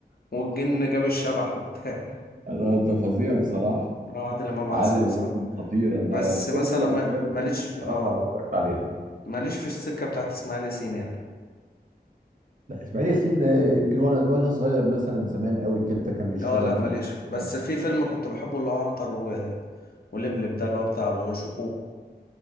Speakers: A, on the left; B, on the right.
A: والجن جاب الشبح وبتاع
B: <laughs> ده ده فظيع بصراحة
A: <laughs> هو عادل إمام
B: عادل
A: عسل بصراحة
B: امام خطير انا
A: بس
B: كل
A: مثلا
B: افلامه
A: ما- ماليش اه
B: بصراحه اتفرجت عليها
A: ماليش في السكة بتاعت إسماعيل ياسين يعني
B: لا اسماعيل ياسين آه، يمكن وانا وانا صغير مثلا زمان قوي كده كان بيشتغل
A: اه لا
B: في
A: ماليش
B: كده
A: بس في فيلم كنت بحبه اللي هو عنتر و... ولبلب ده اللي هو بتاع شكوكو